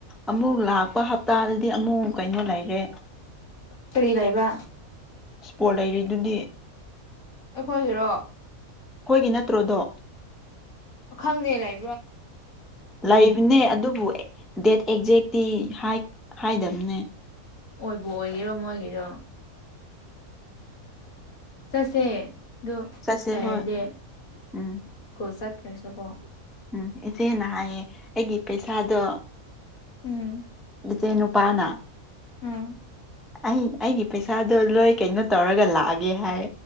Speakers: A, in the centre; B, on the left.
A: ꯑꯃꯨꯛ ꯂꯥꯛꯄ ꯍꯞꯇꯥꯗꯗꯤ ꯑꯃꯨꯛ ꯀꯩꯅꯣ ꯂꯩꯔꯦ
B: ꯀꯔꯤ ꯂꯩꯕ
A: ꯏꯁꯄꯣꯠ ꯂꯩꯔꯤꯗꯨꯗꯤ
B: ꯑꯩꯈꯣꯏꯒꯤꯔꯣ
A: ꯑꯩꯈꯣꯏꯒꯤ ꯅꯠꯇ꯭ꯔꯣꯑꯗꯣ
B: ꯈꯪꯗꯦ ꯂꯩ
A: ꯂꯩꯕꯅꯦ ꯑꯗꯨꯕꯨ ꯗꯦꯠ ꯑꯦꯛꯖꯦꯛꯇꯤ ꯍꯥꯏ ꯍꯥꯏꯗꯕꯅꯦ
B: ꯑꯣꯏꯕꯨ ꯑꯣꯏꯒꯔꯣ ꯃꯣꯏꯒꯤꯗꯣ ꯆꯠꯁꯦ ꯑꯗꯨ
A: ꯆꯠꯁꯦ
B: ꯂꯩꯔꯗꯤ
A: ꯍꯣꯏ
B: ꯏꯁꯀꯨꯜ
A: ꯎꯝ
B: ꯆꯠ ꯠꯇ꯭ꯔꯦꯁꯨ ꯀꯣ <unintelligible>
A: ꯎꯝ ꯏꯆꯦꯅ ꯍꯥꯏꯌꯦ ꯑꯩꯒꯤ ꯄꯩꯁꯥꯗꯣ
B: ꯎꯝ
A: ꯃꯩꯇꯩ ꯅꯨꯄꯥꯅ
B: ꯎꯝ
A: ꯑꯩ ꯑꯩꯒꯤ ꯄꯩꯁꯥꯗꯣ ꯂꯣꯏ ꯀꯩꯅꯣ ꯇꯧꯔꯒ ꯂꯥꯛꯑꯒꯦ ꯍꯥꯏ